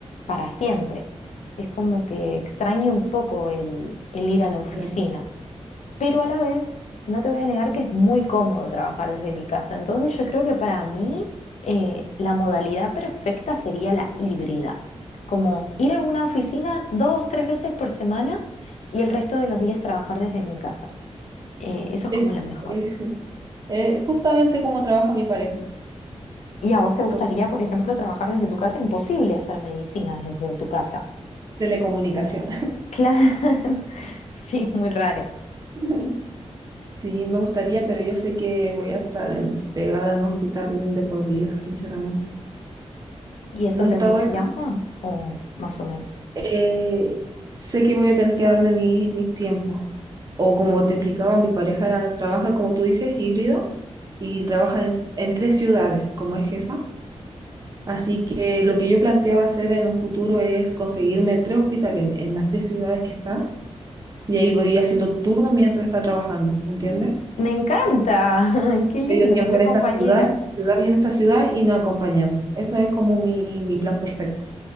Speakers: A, on the left; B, on the right.
A: para siempre. Es como que extraño un poco el, el ir a la oficina
B: Claro.
A: pero a la vez no te voy a negar que es muy cómodo trabajar desde mi casa. Entonces yo creo que para mí eh, la modalidad perfecta sería la híbrida, como ir a una oficina dos, tres veces por semana y el resto de los días trabajar desde mi casa. Eh, eso es
B: Es,
A: como lo mejor.
B: es- es justamente como trabaja mi pareja,
A: ¿Y a vos te gustaría,
B: por
A: por ejemplo, trabajar desde tu casa? Imposible hacer medicina desde tu casa.
B: telecomunicación.
A: Claro, <laughs> sí, muy raro.
B: <laughs> Sí, me gustaría, pero yo sé que voy a estar en- pegada en un hospital de por vida, sinceramente.
A: ¿Y eso
B: No
A: te
B: está
A: entusiasma
B: bueno.
A: o más o menos?
B: Eh, sé que voy a tener que darme mis mis tiempos. O como te explicaba, mi pareja trabaja, como tú dices, híbrido y trabaja en, en tres ciudades, como es jefa. Así que lo que yo planteaba hacer en un futuro es conseguirme tres hospitales en, en las tres ciudades que está y ahí voy haciendo turno mientras está trabajando, ¿me entiendes?
A: Me encanta, <laughs> qué lindo,
B: Medio tiempo
A: re
B: en
A: compañera.
B: esta ciudad, en esta ciudad y en esta ciudad y nos acompañamos. Eso es como mi, mi plan perfecto.